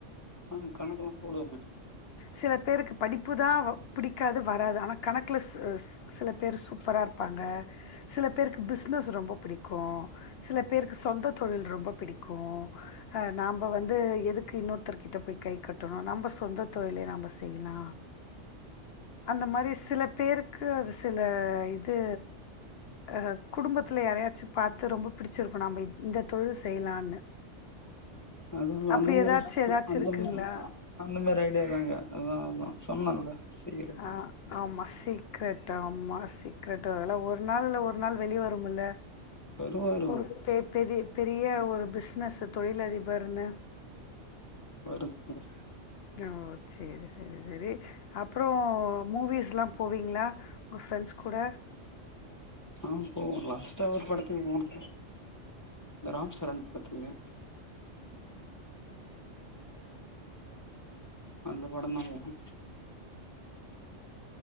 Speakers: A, on the left (about 15°); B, on the left (about 65°).
A: ஆ கணக்கெல்லாம் போடுவங்க
B: சில பேருக்கு படிப்புதா பிடிக்காது வராது ஆனா கணக்கில ஸ் ஸ் சில பேரு சூப்பரா இருப்பாங்க சில பேருக்கு பிசனஸ் ரொம்ப பிடிக்கு சில பேருக்கு சொந்த தொழில் ரொம்ப பிடிக்கு ஆ நாம வந்து எதுக்கு இன்னொருத்தர்கிட்ட போய் கை கட் டனும் நம்ம சொந்த தொழிலே நம்ம செய்யலா அந்த மாரி சில பேருக்கு அது சில இது அ குடும்பத்துல யாரையாச்சு பாத்து ரொம்ப பிடிச்சிருக்கு நம்ம இந்த தொழில் செய்யலான்னு
A: அது
B: அப்படி
A: அந்த மாரி
B: ஏதாச்சும் ஏதாச்சும்
A: அந்த
B: இருக்குங்களா
A: மாதிரி யல்லா அ அந்த மாரி ஐடியாாதாங்க அதா அதா சொன்னேன்ல சீக்கிரட்
B: ஆ ஆமா சீக்கரெட் ஆமா சீக்கரெட் அதல்ல ஒரு நாள் இல்ல ஒரு நாள் வெளியே வருமல்ல
A: வரும் வரும்
B: ஒரு பெ பெரிய பெரிய ஒரு பிசினஸ் தொழிலதிபர்னு
A: வரும் ம்
B: ஓ செரி சரி சரி அப்புறோ மூவிஷ்ல்லா போவீங்களா உங்க பிரெண்ட்ஸ் கூட
A: ஆ போவோ லாஸ்ட்டா ஒரு படத்துக்கு போனோ இந்த ராம் சரண் படத்துக்கு அந்த படம் தா போனோ